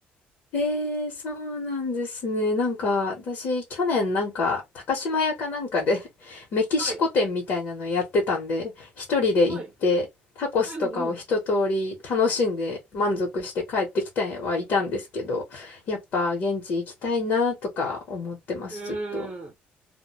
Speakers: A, on the left; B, on the right.
A: ええそうなんですね。なんか、私、去年なんか、高島屋かなんかで <laughs> メキシコ店みたいなのやってたんで、
B: <laughs> はい。
A: 一人で行って、
B: はい。
A: タコスとかを一通り楽しんで満足して帰ってきたはいたんですけど、
B: うん
A: やっぱ現地行きたいなとか思ってます、
B: うん。
A: ずっと。
B: うーん。